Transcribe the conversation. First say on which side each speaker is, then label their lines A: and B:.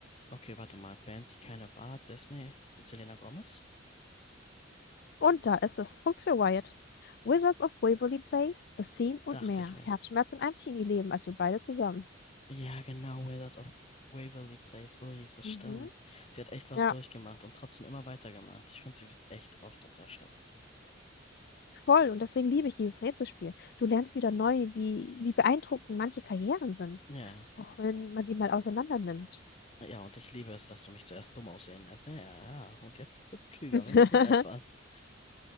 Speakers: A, on the left; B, on the left.
A: Okay, warte mal. Band, die keine war. Disney. Selena Gomez?
B: Und da ist es. Punkt für Wyatt. Wizards of Waverly Place, The Scene und
A: Dachte
B: mehr.
A: ich mir.
B: Herzschmerz in einem Teenie-Leben, als wir beide zusammen.
A: Ja, genau, Wizards of Waverly Place, so hieß es,
B: Mhm.
A: stimmt. Sie hat echt was
B: Ja,
A: durchgemacht und trotzdem immer weitergemacht. Ich finde, sie wird echt oft unterschätzt, ne?
B: voll. Und deswegen liebe ich dieses Rätselspiel. Du lernst wieder neu, wie, wie beeindruckend manche Karrieren sind,
A: Ja.
B: auch wenn man sie mal auseinander nimmt.
A: Ja, und ich liebe es, dass du mich zuerst dumm aussehen lässt. Ja, ja, ja. Und jetzt ein bisschen klüger,
B: <laughs>
A: wenigstens etwas.